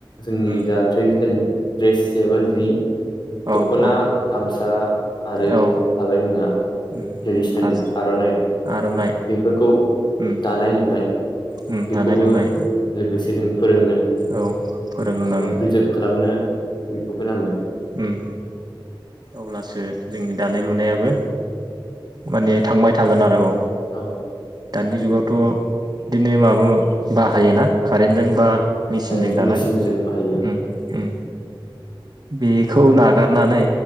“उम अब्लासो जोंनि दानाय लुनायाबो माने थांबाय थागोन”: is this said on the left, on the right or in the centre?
Right